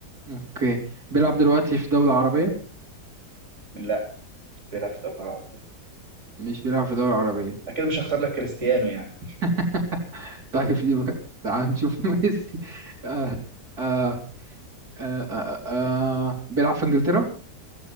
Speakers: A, on the right; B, on the right.
A: اوكي بيلعب دلوقتي في دولة عربية؟
B: لا مش بيلعب في الدوري العربي
A: مش بيلعب في دولة عربية
B: أكيد مش هختار لك كريستيانو يعني
A: <laughs> طيب يبقى تعال نشوف <laughs> ميسي آه آه آه آه آه بيلعب في انجلترا